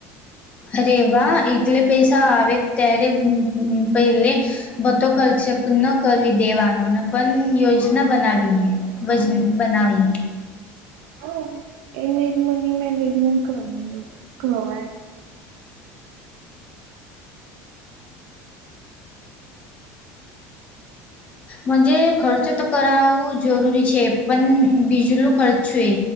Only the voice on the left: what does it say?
અરે. વાહ એક. એટલે પૈસા આવે ત્યારે પહેલે બતો ખર્ચેક ન કરવી દેવાનો ને પણ યોજના બનાવી બજ બનાવીએ.
મજ ખર્ચ તો કરાવું જરૂરી છે પણ બીજુંલો ખર્ચ છું એ.